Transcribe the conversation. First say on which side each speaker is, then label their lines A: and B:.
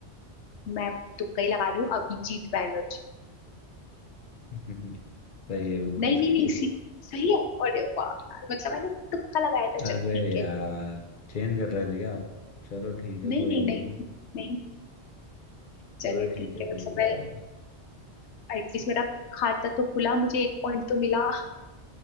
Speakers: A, on the left; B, on the left.
A: मैं तुक्का ही लगा रही हूँ अभिजीत बैनर्जी
B: <laughs> सही है बिल्कुल
A: नहीं नहीं
B: सही
A: नहीं
B: है
A: इसी सही है अरे वाह यार मतलब मैंने तुक्का लगाया था
B: अरे
A: चलो ठीक
B: यार
A: है
B: चेंज कर रहे थे क्या आप चलो ठीक है
A: नहीं
B: कोई
A: नहीं
B: नहीं
A: नहीं नहीं चलो
B: चलो ठीक
A: ठीक
B: है
A: है
B: कोई
A: मतलब
B: नहीं
A: मैं
B: कोई नहीं
A: एटलीस्ट मेरा खाता तो खुला मुझे एक पॉइंट तो मिला